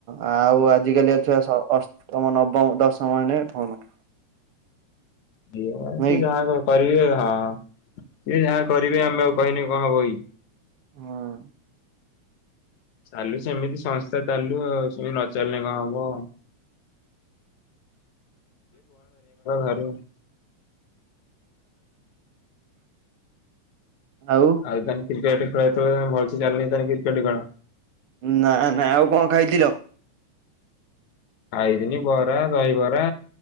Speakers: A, on the right; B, on the left.
A: ଆଉ ଆଜିକାଲି ଛୁଆ ଅଷ୍ଟମ ନବମ ଦଶମ ମାନେ ଫୋନ।
B: ଦ
A: ନୁହେଁ
B: ସିଏ
A: କି?
B: ଯାହା କରିବେ ହଁ ସିଏ ଯାହା କରିବେ ଆମେ ଆଉ କହିନି କଣ କହିନେ ହଇ।
A: ହଁ
B: ଚାଲୁ ସେମିତି ସଂସ୍ଥା ଚାଲୁ ଆଉ ସେମିତି ନଚଲିଲେ କଣ ହେବ। <inaudible>
A: ଆଉ?
B: <unintelligible> କ୍ରିକେଟ ଖେଳଥ <unintelligible> କ୍ରିକେଟ ଖେଳ?
A: ନା ନା ଆଉ କଣ ଖାଇଥିଲ?
B: ଆଇଥିନି ବରା ଦହିବରା।